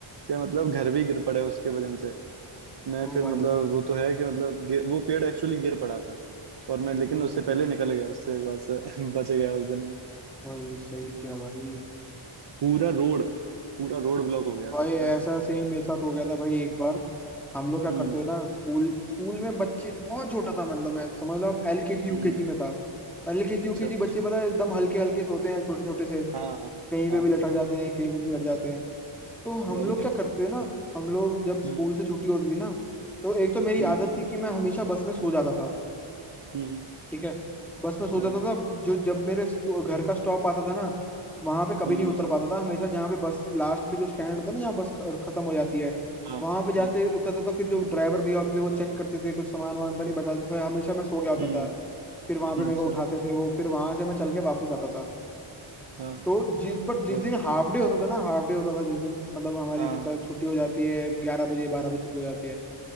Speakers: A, on the right (about 55°); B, in the centre.
A: कि मतलब
B: हम्म,
A: घर भी गिर पड़े उसके वजन से मैं
B: ओ
A: फिर
B: भाई
A: मतलब वो तो है कि मतलब गे- वो पेड़ एक्चुअली गिर पड़ा था और मैं लेकिन
B: ओ
A: उससे
B: भाई
A: पहले निकल गया उससे बस <laughs> बच गया उस दिन में
B: भाई सही क्या भाई
A: पूरा रोड पूरा रोड ब्लॉक हो गया
B: भाई
A: था पता
B: ऐसा
A: है
B: सेम मेरे साथ हो गया था भाई एक बार हम लोग क्या
A: हम्म
B: करते थे ना स्कूल स्कूल में बच्चे बहुत छोटा था मतलब मैं समझ लो आप एलकेजी यूकेजी
A: हम्म
B: में था एलकेजी
A: अच्छा
B: यूकेजी बच्चे पता है एकदम हल्के हल्के से होते हैं छोटे छोटे से
A: हाँ हाँ
B: कहीं पे
A: हाँ,
B: भी लटक जाते हैं कहीं पे भी लट जाते हैं तो हम
A: और
B: लोग
A: क्या
B: क्या करते थे ना हम लोग जब स्कूल
A: हम्म
B: से छुट्टी होती थी ना तो एक तो मेरी
A: हम्म
B: आदत थी कि मैं हमेशा बस में सो जाता था
A: हम्म
B: ठीक है बस में सो
A: हाँ
B: जाता था जो जब मेरे स्कू- घर का स्टॉप आता था ना वहां पे कभी
A: हम्म
B: नहीं उतर पाता था हमेशा जहाँ पे बस लास्ट में जो स्टैंड होता है ना जहाँ बस ख- खत्म हो जाती है
A: हाँ
B: वहां पे जाते
A: हाँ
B: उतरता था फिर जो ड्राइवर भैया होते थे वो चेक करते थे कुछ सामान वामान तो नहीं बचाते थे हमेशा मैं सो गया होता
A: हम्म
B: था फिर वहां पे मेरे
A: अच्छा
B: को उठाते थे वो फिर वहां से मैं चल के वापस आता था
A: हाँ
B: तो जिस पर जिस
A: ओ
B: दिन हाफ डे होता था ना हाफ डे होता था जिस दिन मतलब हमारी
A: हाँ
B: जैसा छुट्टी हो जाती है ग्यारह बजे बारह बजे छुट्टी हो जाती है